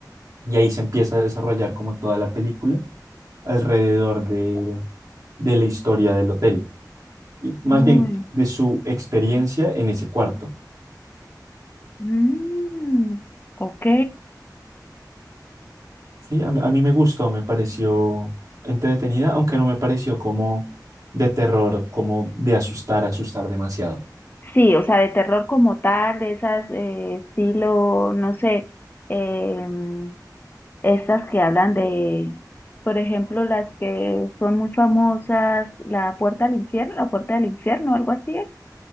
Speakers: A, on the right (about 55°); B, on the left (about 30°).
A: y ahí se empieza a desarrollar como toda la película alrededor de, de la historia del hotel, y más
B: Uy,
A: bien de su experiencia en ese cuarto.
B: mm, ok.
A: Sí, a mí, a mí me gustó, me pareció entretenida, aunque no me pareció como de terror, como de asustar, asustar demasiado.
B: Sí, o sea, de terror como tal, de esas eh, estilo, no sé, em, estas que hablan de, por ejemplo, las que son muy famosas, La Puerta al Infierno, La Puerta del Infierno, algo así, es,